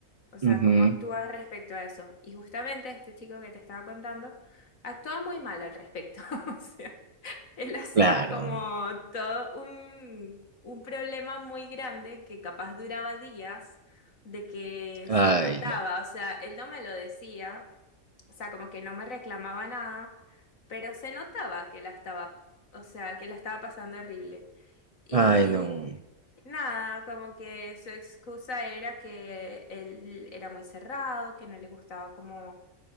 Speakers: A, on the left; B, on the right.
A: o sea,
B: ujú,
A: cómo actúas respecto a eso. Y justamente este chico que te estaba contando actuaba muy mal al respecto, <laughs> o sea, él hacía
B: claro,
A: como todo un, un problema muy grande que capaz duraba días de que
B: ay,
A: se notaba,
B: no.
A: o sea, él no me lo decía o sea, como que no me reclamaba nada, pero se notaba que la estaba, o sea, que la estaba pasando horrible. Y
B: Ay, no.
A: nada, como que su excusa era que él era muy cerrado, que no le gustaba como